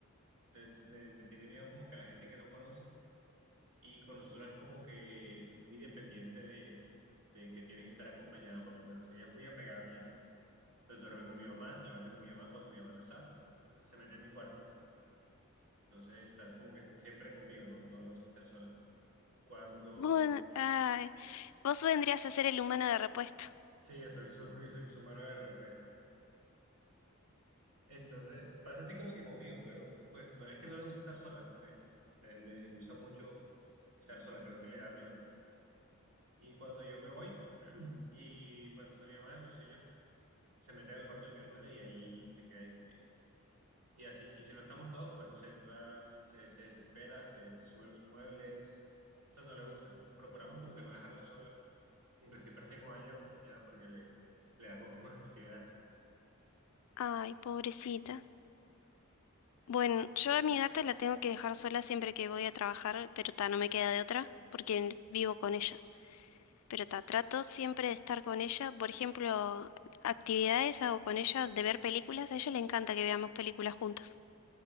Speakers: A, on the right; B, on the left.
A: Entonces le, le tiene miedo como que a la gente que no conoce. Y con nosotros es como que muy dependiente de, de que tiene que estar acompañada, por lo menos. Ella es muy apegada a mi mamá. Entonces duerme con mi mamá, se levanta con mi mamá. Cuando mi mamá no está, se mete en mi cuarto. Entonces estás como que siempre conmigo, no, no le gusta estar sola. Cuando...
B: Vos, ay, vos vendrías a ser el humano de repuesto.
A: Sí, yo soy su, <laughs> yo soy su mano de repuesto. Entonces pasa así como que conmigo, pero pues no es que no le gusta estar sola. Le, le, le disgusta mucho estar sola, creo que le da miedo. Y cuando yo me voy, <clears throat> y pues no está mi mamá, no soy yo. se mete al cuarto de mi hermana y ahí se queda. este, Y así, y si no estamos todos, pues no sé, entra, se, se desespera, se, se sube los muebles, o sea, no le gusta. Procuramos como que no dejarla sola, aunque siempre esté con alguien acompañada porque le, le da como <laughs> ansiedad.
B: Ay, pobrecita. Bueno, yo a mi gata la tengo que dejar sola siempre que voy a trabajar, pero ta, no me queda de otra, porque vivo con ella. Pero ta, trato siempre de estar con ella. Por ejemplo, actividades hago con ella, de ver películas. A ella le encanta que veamos películas juntas.